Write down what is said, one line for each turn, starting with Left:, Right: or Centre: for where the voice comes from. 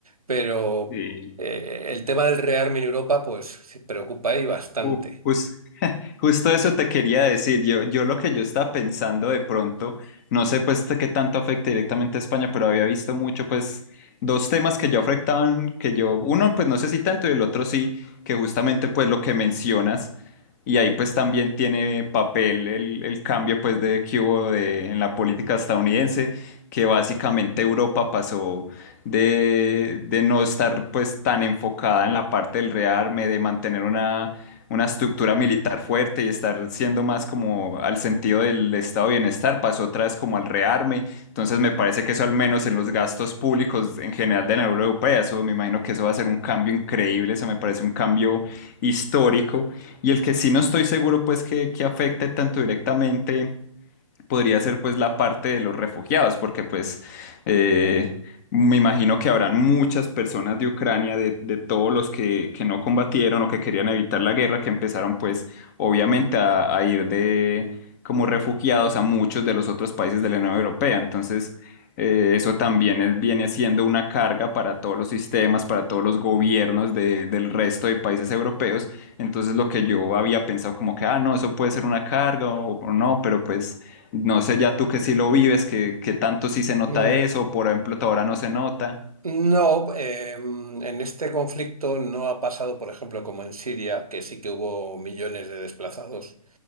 Right: pero
Left: sí.
Right: eh, el tema del rearme en Europa, pues sí, preocupa ahí bastante.
Left: Uh, jus- <laughs> justo eso te quería decir. Yo, yo lo que yo estaba pensando de pronto, no sé pues de qué tanto afecta directamente a España, pero había visto mucho pues dos temas que yo afectaban, que yo, uno pues no sé si tanto y el otro sí, que justamente pues lo que mencionas. Y ahí pues también tiene papel el, el cambio pues de que hubo de, en la política estadounidense, que básicamente Europa pasó de, de no estar pues tan enfocada en la parte del rearme, de mantener una una estructura militar fuerte y estar siendo más como al sentido del estado de bienestar, pasó otra vez como al rearme. Entonces me parece que eso al menos en los gastos públicos en general de la Unión Europea, eso me imagino que eso va a ser un cambio increíble, eso me parece un cambio histórico. Y el que sí no estoy seguro pues que, que afecte tanto directamente podría ser pues la parte de los refugiados, porque pues eh, me imagino que habrán muchas personas de Ucrania, de, de todos los que, que no combatieron o que querían evitar la guerra, que empezaron pues obviamente a, a ir de como refugiados a muchos de los otros países de la Unión Europea. Entonces, eh, eso también es- viene siendo una carga para todos los sistemas, para todos los gobiernos de- del resto de países europeos. Entonces, lo que yo había pensado como que, ah, no, eso puede ser una carga o o no, pero pues... No sé ya tú que sí lo vives, que, que tanto sí se nota
Right: Mm,
Left: eso, por ejemplo, ahora no se nota,
Right: No, eh, en este conflicto no ha pasado, por ejemplo, como en Siria, que sí que hubo millones de desplazados.